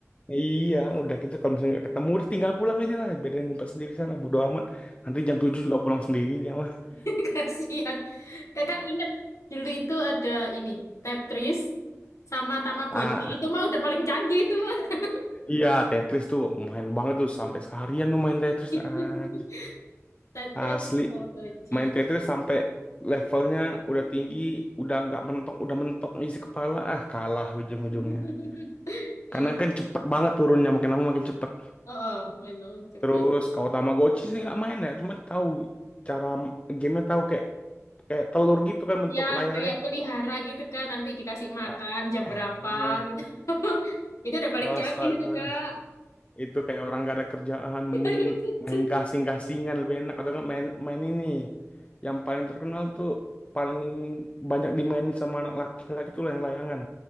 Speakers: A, on the left; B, on the left.
A: Iya, udah gitu kalau misalnya nggak ketemu udah tinggal pulang aja lah, biar dia ngumpet sendiri sana bodo amat. Nanti jam 7 juga pulang sendiri dia mah. <laughs>
B: <laughs> Kasihan. Kakak ingat dulu itu ada ini, Tetris sama Tamagotchi.
A: Ah,
B: Itu mah udah paling canggih itu mah.
A: iya Tetris tuh main banget tuh sampai seharian tuh main Tetris
B: <laughs>
A: aja.
B: Tetris
A: Asli.
B: sama Tamagotchi.
A: main Tetris sampai levelnya udah tinggi, udah nggak mentok, udah mentok isi kepala, ah kalah ujung-ujungnya.
B: <laughs>
A: Karena
B: Iya,
A: kan cepet banget turunnya, makin lama makin cepet.
B: oh, oh, main-main cepet
A: Terus kalau Tamagotchi sih nggak main ya, cuman tahu cara gamenya tahu kayak kayak telur gitu kan bentuk
B: Ya,
A: layarnya.
B: kayak pelihara gitu kan, nanti dikasih makan
A: Ah,
B: jam berapa
A: eh.
B: gitu. <laughs> Itu udah paling
A: <laughs> Astaga,
B: canggih itu, Kak.
A: itu kayak orang gak ada kerjaan,
B: <laughs>
A: mending
B: Iya, betul.
A: main gasing-gasingan lebih enak atau nggak main main ini. Yang paling terkenal tuh paling banyak dimainin sama anak laki-laki tuh lah yang layangan.